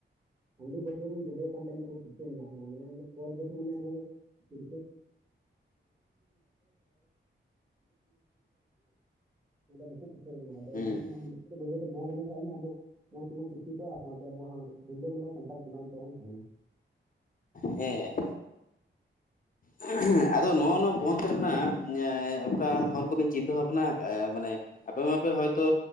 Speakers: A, on the right (about 25°); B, on the left (about 45°).
A: ᱦᱟᱸᱰᱤ ᱵᱟᱴᱤ ᱨᱮᱵᱚᱱ ᱡᱚᱵᱮ ᱠᱟᱱ ᱛᱮ ᱱᱤᱛᱳᱜ ᱫᱚ ᱯᱤᱪᱟᱹ ᱨᱮ ᱢᱮᱱᱟᱜ ᱵᱚᱱᱟ <unintelligible> ᱟᱵᱚ᱾ <unintelligible> <unintelligible> ᱫᱚᱠᱚ ᱯᱤᱪᱷᱟᱹ ᱠᱟᱱᱟ ᱟᱫᱚ
B: ᱦᱮᱸ
A: ᱮᱱᱠᱷᱟᱱ ᱚᱱᱟ ᱦᱟᱸᱰᱤ ᱵᱟᱹᱭ ᱵᱟᱹᱭ ᱛᱮ ᱵᱳᱱᱫᱷ ᱞᱮᱱᱠᱷᱟᱡ ᱟᱵᱚ ᱢᱚᱸᱡᱽ ᱛᱮᱵᱚᱱ ᱥᱤᱠᱷᱤᱛᱚᱜᱼᱟ ᱥᱟᱶᱛᱮ ᱟᱵᱚ ᱦᱟᱜ, ᱨᱤᱞᱟᱹᱢᱟᱞᱟ ᱥᱟᱱᱛᱟᱲ ᱥᱚᱢᱟᱡᱽ ᱛᱟᱵᱚᱱ ᱛᱟᱦᱮᱱᱟ᱾
B: ᱦᱮᱸ, ᱦᱮᱸ ᱟᱫᱚ ᱱᱚᱣᱟ ᱱᱚᱣᱟ ᱵᱚᱱᱫ ᱨᱮᱱᱟᱜ, ᱚᱠᱟ ᱦᱚᱨ ᱠᱚᱵᱤᱱ ᱪᱤᱱᱛᱟᱹ ᱵᱷᱟᱵᱱᱟ ᱠᱟᱜ ᱟ, ᱢᱟᱱᱮ ᱟᱯᱮ ᱢᱟᱯᱮ ᱦᱚᱭᱛᱚ